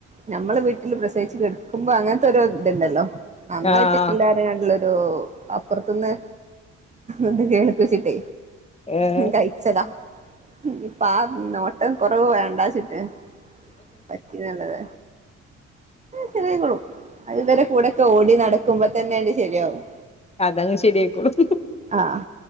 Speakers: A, on the right; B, on the left.
A: ഞമ്മളെ വീട്ടിൽ പ്രസവിച്ച് കെടുക്കുമ്പോ അങ്ങനത്തെൊര് ഇതുണ്ടല്ലോ നന്നായിട്ട്
B: ആഹ്
A: ഇല്ലാരുന്ജകണ്ടുള്ളൊരു അപ്പുറത്തന്ന് ഒന്ന് കേൾപ്പിച്ചിട്ടേ
B: ആഹ്
A: കഴിച്ചതാ ഇപ്പാ നോട്ടം കൊറവ് വേണ്ടാന്ന് വെച്ചിട്ട് പറ്റണില്ലാ ലെ സെരിയയ്ക്കോളും അത് ഇവരെ കൂടെ ഒക്കെ ഓടി നടക്കുമ്പോ തന്നെ ശെരിയാവും
B: അതങ്ങ് ശരിയായിക്കോളും
A: ആഹ്